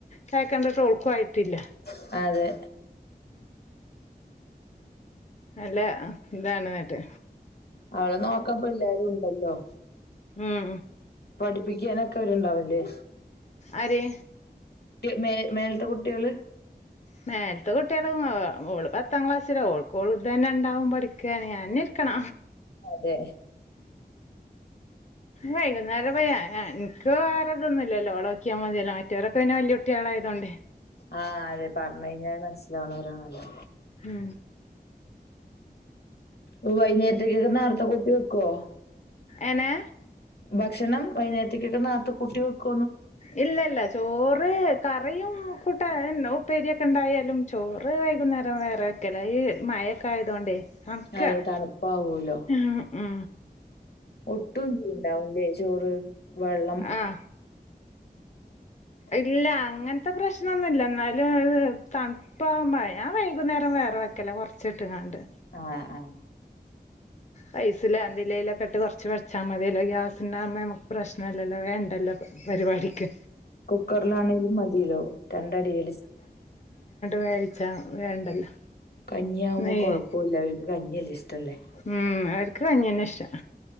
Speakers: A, on the left; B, on the left.
A: കേക്കണ്ടത് ഓൾക്കും ആയിട്ടില്ല
B: അല്ലേന്ന്
A: അല്ല ഇതാണ് നട്ട്
B: അവളെ നോക്കാൻ്പ എല്ലാരും ഉണ്ടല്ലോ
A: ഉം
B: പഠിപ്പിക്കാന് ഒക്കെരു ഉണ്ടാവുലെ
A: ആര്
B: മേ മേലത്തെ കുട്ടികള്
A: മേലത്തെ കുട്ടികളും പത്താം ക്ലാസ്സില ഓൾക്ക് ഞാളതന്നെ ഉണ്ടാവും പഠിക്കാന് ഞ കണ
B: അതെ
A: വൈകുന്നേരംഇൻക് വേറെ ഇതൊന്നും ഇല്ലല്ലോ ഒളെ നോക്കിയാൽ മതിയല്ലോ മതൊരൊക്കെ വല്യ കുട്ടികൾ കേളായതൊണ്ടേ
B: ആഹ് അതെ പറഞ്ഞു കഴിഞ്ഞാൽ മനസ്സിലാവണവരാണല്ലോ
A: ഉം
B: ഓ വൈകുന്നേരത്തേക്കൊക്കെ നോരത്തെ കൂട്ടി വെക്കുവോ
A: എനെ
B: ഭക്ഷണം വൈകുന്നേരത്തേക്കൊക്കെ നോർത്ത കുട്ടി വെക്കും
A: ഇല്ല ഇല്ല ചോറ് കറിയും <unintelligible> ഉപ്പേരിയൊക്കെ ഉണ്ടായാലും ചോറ് വൈകുന്നേരം വേറെൊക്കെല്ല ഈ മഴൊക്കെ ആയതോണ്ട് നക്കാണ്
B: അതെ തണുപ്പാവൂലോ
A: ഉം ഉ
B: ഒട്ടും ഉണ്ടാവൂല്ലേ ചോറ് വെള്ളം
A: ആഹ്
B: <unintelligible>
A: ഇല്ല അങ്ങനത്തെ പ്രശ്ണം ഒന്നുല്ല എന്നാലും തണുപ്പാവുമ്പ ഞാൻ വൈകുന്നേരം വേറെ വയ്ക്കല കുറച്ചിട്ട് കണ്ട്
B: ആഹ് ആഹ്
A: റൈസിലോ എന്തതിലേലൊക്കെ ഇട്ട് കുറച്ച് വെച്ചാൽ മതിയല്ലോ ഗ്യാസുണ്ടാകുമ്പോ നമുക്ക് പ്രശ്ന ല്ലല്ലോ വേണ്ടല്ലോ പരിപാടിക്ക്
B: കുക്കറിലാണെങ്കിലും മതില്ലോ രണ്ടടി <unintelligible>
A: വഴിച്ച വേണ്ടല്ലോ
B: കഞ്ഞി ആകുമ്പോ
A: നെയ്യ്
B: കൊഴപ്പല്ല അവർക്ക് കഞ്ഞിയല്ലേ ഇഷ്ടല്ലേ
A: ഉം അവർക്ക് കഞ്ഞേന്ന ഇഷ്ട്ടം